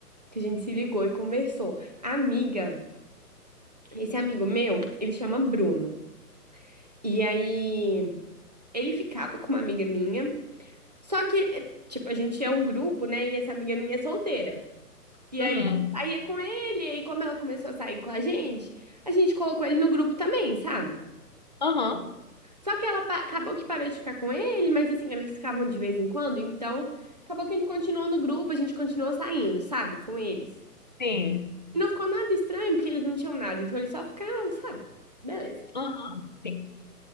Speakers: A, on the right; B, on the left.
A: que a gente se ligou e conversou. A Amiga, esse amigo meu, ele chama Bruno. E aí, ele ficava com uma amiga minha. Só que, tipo, a gente é um grupo, né? E essa amiga minha é solteira. E
B: Uhum.
A: aí eu saía com ele, e aí como ela começou a sair com a gente, a gente colocou ele no grupo também, sabe?
B: Aham.
A: Só que ela pa- acabou que parou de ficar com ele, mas assim, eles ficavam de vez em quando, então acabou que ele continuou no grupo, a gente continuou saindo, sabe, com eles.
B: sim,
A: E não ficou nada estranho, porque eles não tinham nada, então eles só ficavam, sabe? Beleza.
B: Aham. sim,